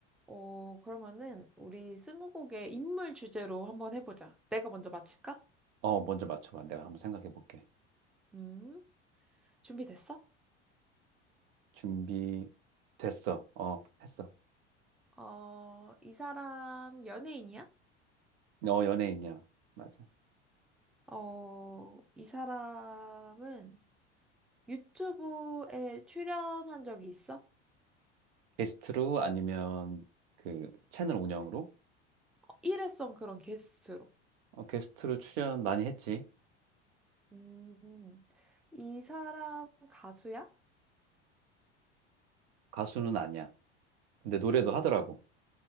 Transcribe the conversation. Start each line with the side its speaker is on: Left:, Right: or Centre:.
Centre: 어, 그러면은 우리 스무고개 인물 주제로 한번 해보자. 내가 먼저 맞힐까?
Right: 어, 먼저 맞춰봐. 내가 한번 생각해 볼게.
Centre: 음, 준비됐어?
Right: 준비 됐어. 어, 했어.
Centre: 어, 이 사람 연예인이야?
Right: 어, 연예인이야. 맞아.
Centre: 어, 이 사람은 유튜브에 출연한 적이 있어?
Right: 게스트로 아니면 그 채널 운영으로?
Centre: 어, 일회성 그런 게스트로.
Right: 어, 게스트로 출연 많이 했지.
Centre: 음, 이 사람 가수야?
Right: 가수는 아니야. 근데 노래도 하더라고.